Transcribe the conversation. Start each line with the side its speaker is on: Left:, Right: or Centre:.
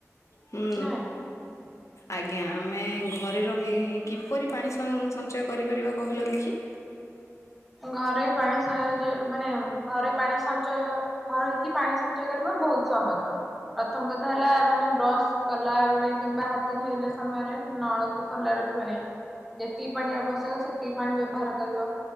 Left: ହୁଁ
Centre: ନୁହେଁ? <inaudible>
Left: ଆଜ୍ଞା। ଆମେ ଘରେ ରହି କିପରି ପାଣି ସ ସଞ୍ଚୟ କରିପାରିବା, କହିଲ ଦେଖି?
Centre: ଘରେ ବି ପାଣି ସ ସଂଚୟ ମାନେ ଘରେ ପାଣି ସଞ୍ଚୟ ଘରେ ରହିକି କି ପାଣି ସଞ୍ଚୟ କରିବା ବହୁତ ସହଜ। ପ୍ରଥମ କଥା ହେଲା ମାନେ ବ୍ରସ୍ କଲା ବେଳେ କିମ୍ବା ହା ତ ଧୋଇଲା ସମୟରେ ନଳକୁ ଖୋଲା ରଖିବା ନାଇଁ। ଯେତିକି ପାଣି ଆବଶ୍ୟକ ସେତିକି ପାଣି ବ୍ୟବହାର କରିବ।